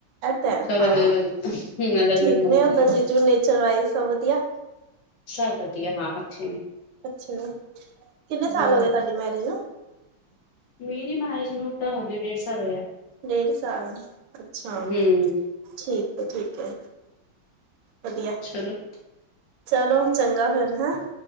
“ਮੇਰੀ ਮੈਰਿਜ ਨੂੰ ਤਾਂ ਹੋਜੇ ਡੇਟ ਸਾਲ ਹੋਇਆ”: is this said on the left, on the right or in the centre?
Left